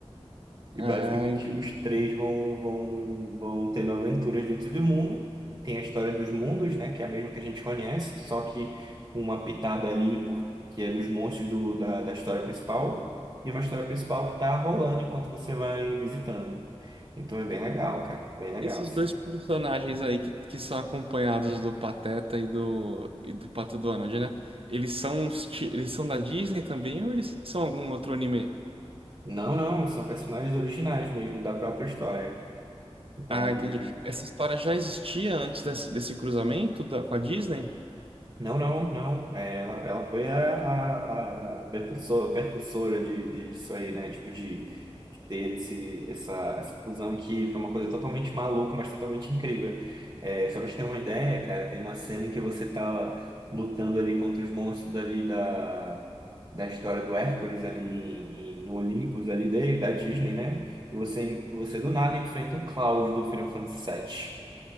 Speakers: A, on the right (about 35°); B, on the right (about 60°).
A: E
B: Ah,
A: basicamente
B: entendi.
A: os três vão, vão, vão tendo aventuras dentro do mundo. Tem a história dos mundos, né? Que é a mesma que a gente conhece, só que com uma pitada ali, por, que é dos monstros do, da, da história principal, e uma história principal que tá rolando enquanto você vai visitando. Então é bem legal, cara. Bem legal,
B: E esses
A: sim.
B: dois personagens aí que, que são acompanhados do Pateta e do, e do Pato Donald, né? Eles são, os ti- eles são da Disney também ou eles são algum outro anime?
A: Não, não, são personagens originais mesmo da própria história. Então
B: Ah, entendi. Essa história já existia antes desse, desse cruzamento da, com a Disney?
A: Não, não, não. É, ela, ela foi a, a, a percursor- percursora, de, de, disso aí, né? Tipo, de, de ter esse, essa, essa fusão que foi uma coisa totalmente maluca, mas totalmente incrível. É, só pra te ter uma ideia, cara, tem uma cena em que você tá lutando ali contra os monstros ali da, da história do Hércules ali em- em- no Olympus ali dele, da Disney, né? E você, você do nada enfrenta o Cláudio do Final Fantasy Sete.